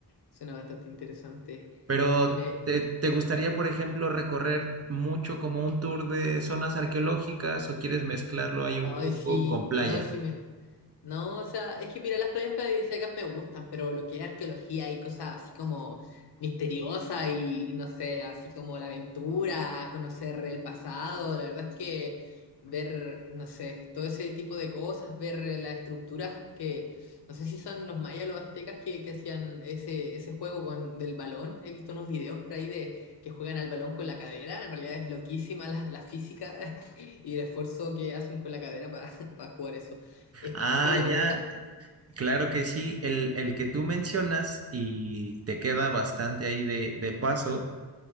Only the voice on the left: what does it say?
Suena bastante interesante.
Tiene,
te escucho.
Ay,
sí,
no, sí me, No, o sea, es que mira, las playas paradisíacas me gustan, pero lo que es arqueología y cosas así como misteriosas y, y no sé, así como la aventura, conocer el pasado, la verdad es que ver, no sé, todo ese tipo de cosas, ver eh, las estructuras que, no sé si son los mayas o los aztecas que, que hacían ese, ese juego con, del balón, he visto unos videos por ahí de que juegan al balón con la cadera, en realidad es loquísima la, la física <laughs> y el esfuerzo que hacen con la cadera para <laughs> jugar eso. ¿Est-
¿Estoy en lo
correcto?